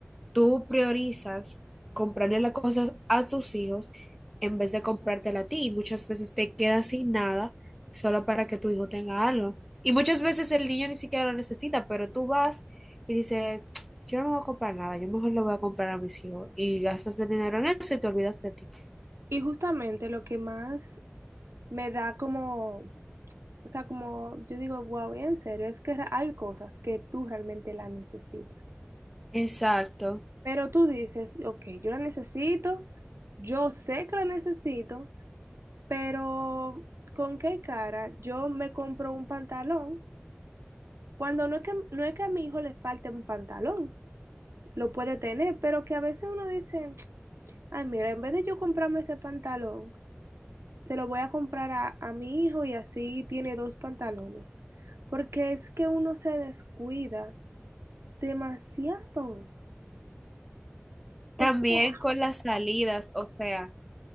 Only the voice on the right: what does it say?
y justamente lo que más me da como O sea, como yo digo, wow, en serio, es que re- hay cosas que tú realmente las necesitas.
Pero tú dices, ok, yo la necesito, yo sé que la necesito, pero ¿con qué cara yo me compro un pantalón? Cuando no es que, no es que a mi hijo le falte un pantalón, lo puede tener, pero que a veces uno dice, ay, mira, en vez de yo comprarme ese pantalón, se lo voy a comprar a, a mi hijo y así tiene dos pantalones. Porque es que uno se descuida Demasiado. O
sea,